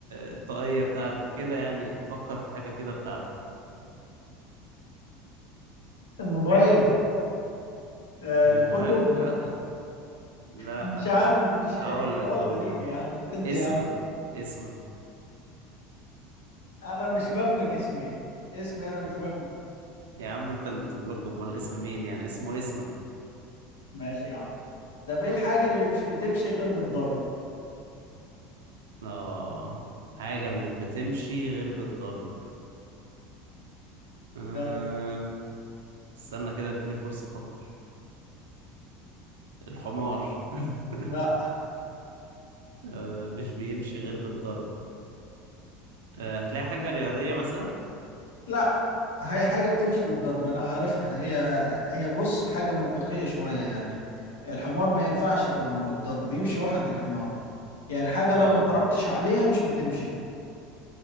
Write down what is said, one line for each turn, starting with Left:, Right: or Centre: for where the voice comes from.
Right: الطاقية بتاعتك كده يعني فكر في حاجة كده بتاعتك
Left: الموبايل آه
Right: الموبايل
Left: الكتب
Right: <laughs> لا لا
Left: مش
Right: لا
Left: عارف مفيش إيه،
Right: هقول لك
Left: سؤال
Right: هقول
Left: غريب
Right: لك
Left: يا عم ادي
Right: اسمك
Left: يا عم
Right: اسمك
Left: أنا مش بملك اسمي اسمي أنا مش بملك
Right: يا عم انت اللي بتملكه امال اسم مين يعني اسمه اسمك
Left: ماشي يا عم طب ايه الحاجة اللي مش بتمشي غير بالضرب؟
Right: اه حاجة مش بتمشي غير بالضرب أه...
Left: يلا
Right: استنى كده اديني فرصة افكر الحمار <laughs>
Left: لا
Right: أه... مش بيمشي غير بالضرب أه... هتلاقي حاجة رياضية مثلا
Left: لا هي حاجة بتمشي بالضرب أنا عارفها هي هي بص حاجة منطقية شوية يعني الحمار ما ينفعش طبعا بالضرب بيمشي وحده الحمار يعني حاجة لو
Right: اه
Left: ما ضربتش عليها مش بتمشي